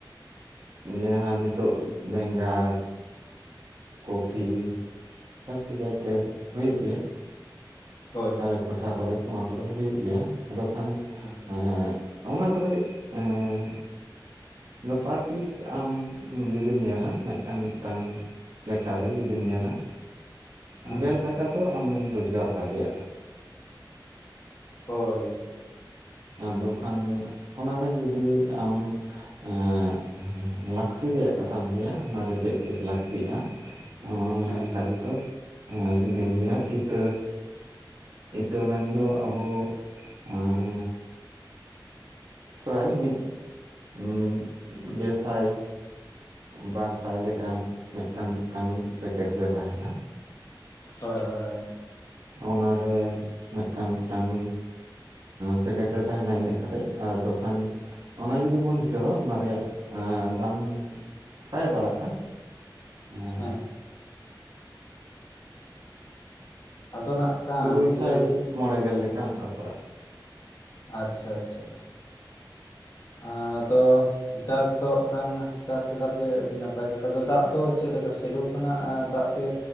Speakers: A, on the right; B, on the left.
A: ᱡᱟᱸᱦᱟ ᱱᱤᱛᱳᱜ ᱵᱮᱸᱜᱟᱲ ᱠᱚᱯᱷᱤ ᱡᱟᱹᱥᱛᱤ ᱠᱟᱭᱛᱮ ᱦᱳᱭᱳᱜ ᱜᱮᱭᱟ᱾
B: ᱦᱳᱭ
A: ᱟᱞᱮ ᱴᱚᱴᱷᱟ ᱠᱚᱨᱮ ᱱᱚᱣᱟ ᱠᱚᱨᱮ ᱦᱩᱭᱩᱜ ᱜᱮᱭᱟ ᱟᱫᱚ ᱠᱷᱟᱱ
B: ᱦᱩᱸ
A: ᱮᱸ ᱚᱱᱟ ᱠᱚᱨᱮᱡ ᱮᱸ ᱱᱮ ᱯᱟᱨ ᱯᱤᱥ ᱟᱢ ᱡᱩᱫᱤᱢ ᱧᱮᱞᱟ ᱢᱮᱫᱴᱟᱝ ᱢᱮᱫᱴᱟᱝ ᱞᱮᱠᱷᱟ ᱨᱮ ᱡᱩᱫᱤᱢ ᱧᱮᱞᱟ
B: ᱦᱮᱸ
A: ᱮᱜ ᱜᱮᱞ ᱴᱟᱠᱟ ᱫᱚ ᱟᱢᱮᱢ ᱨᱳᱪᱠᱟᱨ ᱫᱟᱲᱮᱭᱟᱜᱼᱟ᱾
B: ᱦᱳᱭ
A: ᱟᱫᱚ ᱠᱷᱟᱱ ᱚᱱᱟᱨᱮ ᱡᱩᱫᱤ ᱟᱢ ᱮᱜ ᱞᱟᱹᱠᱛᱤ ᱨᱮᱭᱟᱜ ᱠᱟᱛᱷᱟᱢ ᱞᱟᱹᱭᱟ ᱚᱱᱟᱨᱮ ᱪᱮᱫ ᱪᱮᱫ ᱞᱟᱹᱠᱛᱤᱜᱼᱟ᱾ ᱚᱱᱟ
B: ᱦᱮᱸ
A: ᱞᱮᱠᱟ ᱛᱮᱫᱚ ᱡᱩᱫᱤᱢ ᱞᱟᱹᱭᱟ ᱤᱛᱟᱹ ᱤᱛᱟᱹ ᱢᱮᱱᱫᱚ ᱟᱵᱚ ᱮᱜ ᱯᱨᱟᱭ ᱢᱤᱫ ᱤᱻ ᱜᱮᱥᱟᱭ ᱵᱟᱨ ᱥᱟᱭ ᱞᱮᱠᱟᱱ ᱢᱮᱫᱴᱟᱝ ᱢᱮᱫᱴᱟᱝ ᱯᱮᱠᱮᱴ ᱨᱮ ᱛᱟᱦᱮᱱᱟ᱾
B: ᱦᱳᱭ ᱦᱳᱭ ᱦᱳᱭ
A: ᱚᱱᱟ ᱨᱮ ᱢᱮᱫᱴᱟᱝ ᱢᱮᱫᱴᱟᱝ ᱯᱮᱠᱮᱴ ᱨᱮ ᱛᱟᱦᱮᱱᱟ ᱤᱱᱟᱹᱜ ᱠᱟᱛᱮᱜ ᱟᱫᱚ ᱠᱷᱟᱱ ᱚᱱᱟ ᱡᱩᱫᱤ ᱵᱚᱱ ᱦᱤᱥᱟᱹᱵᱟ ᱚᱱᱟ ᱨᱮᱭᱟᱜ ᱫᱟᱢ ᱯᱨᱟᱭ ᱯᱟᱲᱟᱜᱼᱟ ᱮᱜ
B: ᱦᱮᱸ ᱟᱫᱚ ᱱᱟᱜ ᱠᱷᱟᱱ
A: ᱛᱩᱨᱩᱭ
B: ᱤᱭᱟᱹ
A: ᱥᱟᱭ ᱢᱚᱬᱮ ᱜᱮᱞ ᱞᱮᱠᱟ ᱚᱱᱠᱟ ᱯᱟᱲᱟᱜ-ᱟ᱾
B: ᱟᱪᱪᱷᱟ ᱟᱪᱪᱷᱟ ᱟᱫᱚ ᱪᱟᱥ ᱠᱚᱜ ᱠᱷᱟᱱ ᱪᱟᱥ ᱮᱫᱟᱯᱮ ᱟᱹᱰᱤ ᱱᱟᱯᱟᱭ ᱠᱟᱛᱷᱟ ᱟᱫᱚ ᱫᱟᱜ ᱫᱚ ᱪᱮᱫ ᱞᱮᱠᱟ ᱥᱮᱞᱚ ᱠᱷᱚᱱᱟᱜ ᱫᱟᱜ ᱯᱮ